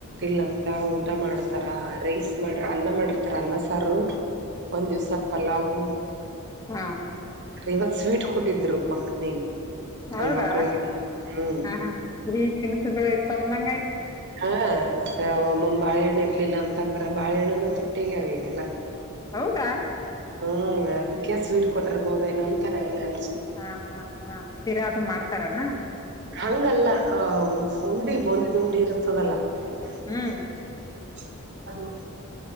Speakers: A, on the right; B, on the left.
A: ಇಲ್ಲಂತ ಊಟ ಮಾಡ್ತಾರ ರೈಸ್ ಮಾಡ ಅನ್ನ ಮಾಡಿರ್ತಾರ ಅನ್ನ ಸಾರು ಒಂದ್ ದಿವ್ಸ ಪಲವು
B: ಹಾ
A: ಇವತ್ ಸ್ವೀಟ್ ಕೊಟ್ಟಿದ್ರು ಮಕ್ನಿಗೆ
B: ಹೌದಾ
A: ಅಲ್ ಮಕ್ಳಿಗೆ ಹ್ಮ್
B: ಹ ಹಾ ಈ ತಿನಿಸುಗಳು ಇರ್ತವಂದಂಗ ಆಯ್ತು
A: ಹಾ ಒಮ್ಮಮ್ಮ ಬಾಳೆಹಣ್ಣು ಇರ್ಲಿಲ್ಲ ಅಂತಂದ್ರ ಬಾಳೆಹಣ್ಣನು ತುಟ್ಟಿಗೆ ಅವಗೆಲ್ಲ
B: ಹೌದಾ
A: ಹ್ಮ್ ಅದಕ್ಕೆ ಸ್ವೀಟ್ ಕೊಟ್ಟಿರ್ಬೋದ ಏನ ಅಂತ ನನ್ಗನ್
B: ಹಾ ಹಾ ಹಾ ಶರಿಯಾದದು ಮಾಡ್ತಾರನಾ
A: ಹಂಗಲ್ಲ ಆ ಉಂಡಿ ಬೋನಿದ್ ಉಂಡಿ ಇರ್ತದಲ್ಲ
B: ಹ್ಮ್
A: <inaudible> ಅದು